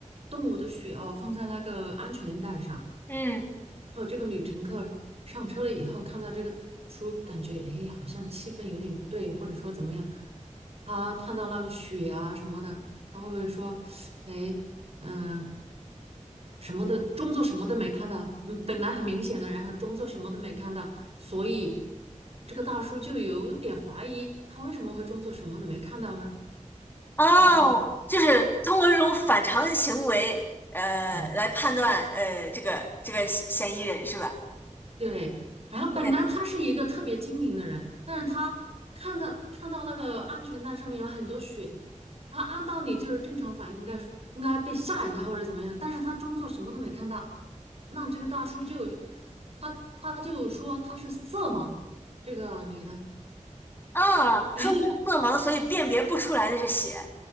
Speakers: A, on the right; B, on the left.
A: 动物的血哦放在那个安全带上，
B: 嗯
A: 然后这个女乘客上车了以后，看到这个书，感觉哎，好像气氛有点不对，或者说怎么样，她看到那个血啊什么的，她会不会说，哎，嗯、什么的，装作什么都没看到，嗯，本来很明显的，然后装作什么都没看到，所以这个大叔就有点怀疑他为什么会装作什么都没看到呢？
B: 哦，
A: 然后
B: 就是通过这种反常行为呃来判断呃这个这个嫌嫌疑人是吧？
A: 对对，然后本来他是一个特别精明的人，
B: 对
A: 但是他看到看到那个安全带上面有很多血，然后按道理就是正常反应应该是应该被吓一跳或者怎么样，但是他装作什么都没看到，那这个大叔就他他就说他是色盲，这个女的。
B: 啊，
A: <laughs> 然后
B: 说明色盲，所以辨别不出来那是血，